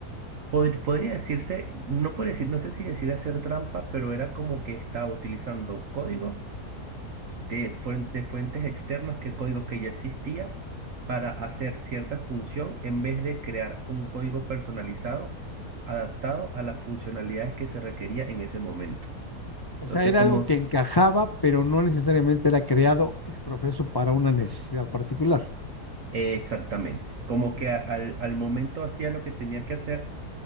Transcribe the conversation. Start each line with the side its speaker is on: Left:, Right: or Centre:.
Right: pod- podría decirse, no puede decir, no sé si decir hacer trampa, pero era como que estaba utilizando código de, fuen- de fuentes externas, que códigos que ya existía, para hacer cierta función en vez de crear un código personalizado adaptado a las funcionalidades que se requería en ese momento. Entonces,
Left: O sea, era
Right: como
Left: algo que encajaba, pero no necesariamente era creado ex profeso para una necesidad particular.
Right: eh, exactamente, como
Left: Ya.
Right: que a- al, al momento hacía lo que tenía que hacer